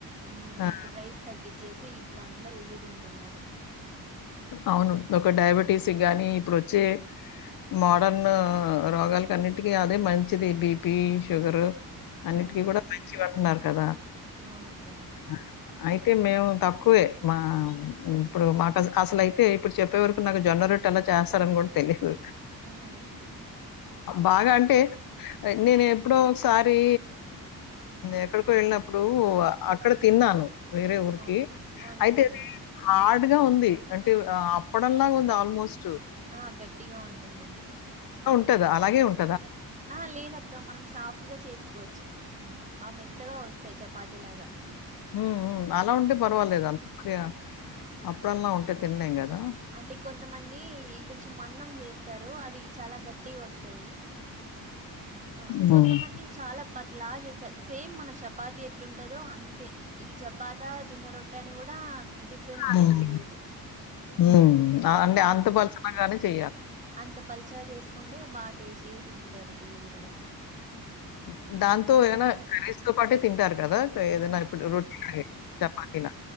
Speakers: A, on the right; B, on the left.
A: ఉహ్మ్
B: ఆ!
A: ఇప్పుడు రైస్ తగ్గిచ్చేసి ఇప్పుడు అందర్ రివి తింటున్నారు.
B: అవును. ఒక డయాబెటీస్ గానీ ఇప్పుడు వచ్చే మోడర్న్ రోగాలలకు అన్నింటికీ అదే మంచిది బీపీ, షుగరు. అన్నిటికీ
A: అవును
B: కూడా మంచివి అంటున్నారు కదా.
A: అవునక్క
B: ఆహ్ అయితే మేము తప్ క్కువే మా ఇప్పుడు మాక్ అసల్ అసలు అయితే ఇప్పుడు చెప్పే వరకు నాకు జొన్న రొట్టె అలా చేస్తారని కూడా తెలిదు.
A: ఉహ్ హుహు
B: బాగా అంటే. నేను ఎప్పుడో ఒకసారి ఎక్కడికో వెళ్ళినప్పుడు ఆ అక్కడ తిన్నాను. వేరే ఊరికి
A: అవును అవునులేండి
B: అయితే అది హడ్ డిగా ఉంది. అంటే అప్పడంలాగా ఉంది ఆల్మోస్ట్
A: ఆ గట్టిగా ఉంటుందింది.
B: ఉంటద్ అలాగే ఉంట్
A: ఆ లేదక్క మనం సాఫ్ట్ గా చేసుకోవచ్చు హు బా మెత్తగా వస్తాయ్ చపాతీ లాగా
B: హు హు అలా ఉంటే పర్వాలేదు అంతక్రియ అప్పుడలా ఉంటే తినలేం కదా
A: అంటే కొంతమంది కొంచెం మదాం చేస్తారు. అవి చాలా గట్టి టీగ్ వస్తాయి. ఆ
B: హ్మ్.
A: కొంతమంది చాలా పత్ అట్లా చేసారు సేమ్ మన చపాతి ఎట్లుంటద్ దొ అంతే. ఇది చపాత, జొన్న రొట్టె అని కూడా డిఫరెన్స్
B: హ్మ్.
A: అనేది తెలియదు.
B: హ్మ్. ఆ!
A: ఉహ్మ్
B: అంటే అంత పలచనగానే
A: అల్
B: చేయాలి.
A: అంత పలుచగా చేసుకున్ టె బాగా టేస్టీ గా తింతారు పిల్లలు కూడా
B: ఉహ్
A: ఉమ్
B: దాంతో
A: మందం
B: ఏదనా
A: చేస్
B: కరీస్తో పాటే తింటారు కదా. ఏదనా ఇప్పుడు రొట్టి గాని చపాతినా